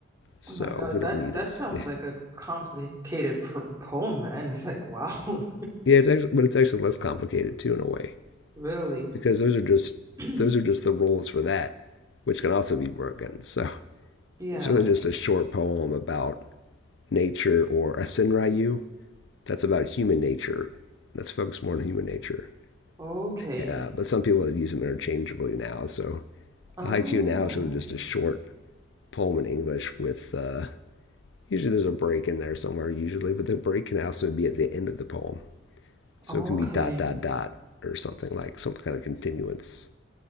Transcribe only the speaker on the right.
Oh my God,
that
that
sounds
like a complicated pr poem, man. It's like, wow,
<laughs>
really?
<clears throat>
Yeah.
Okay.
Oh.
Okay.